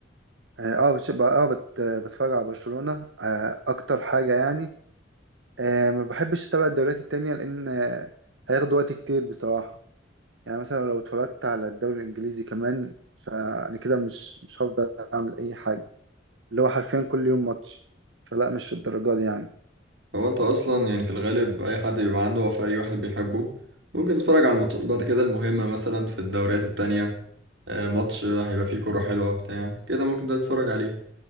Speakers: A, on the right; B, on the right.
A: يعني اه بش- بقى- اه بت... بتفرج على برشلونه آه اكتر حاجه يعني آه ما بحبش اتابع الدوريات التانية لان آه هياخد وقت كتير بصراحه يعني مثلا لو اتفرجت على الدوري الانجليزي كمان فانا كده مش مش هفضل اعمل اي حاجه اللي هو حرفيا كل يوم ماتش فلا مش في الدرجه دي يعني
B: هو انت اصلا يعني في الغالب اي حد بيبقى عنده هو فريق واحد بيحبه ممكن تتفرج على الماتشات بعد كده المهمة مثلا في الدوريات التانية آه، ماتش هيبقى فيه كرة حلوة بتاع كده ممكن ده تتفرج عليه